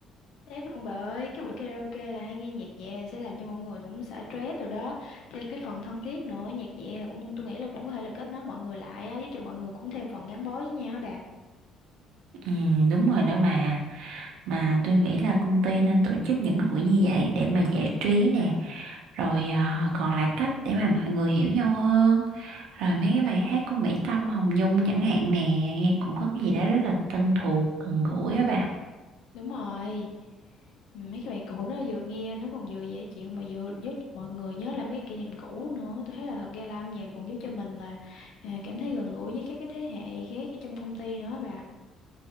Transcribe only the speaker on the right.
Ừ, đúng rồi đó bà. Mà tôi nghĩ là công ty nên tổ chức những cái buổi như vậy để mà giải trí nè, rồi à, còn là cách để mà mọi người hiểu nhau hơn rồi mấy cái bài hát của Mỹ Tâm Hồng Nhung chẳng hạn nè nghe cũng có cái gì đó rất là thân thuộc gần gũi á bà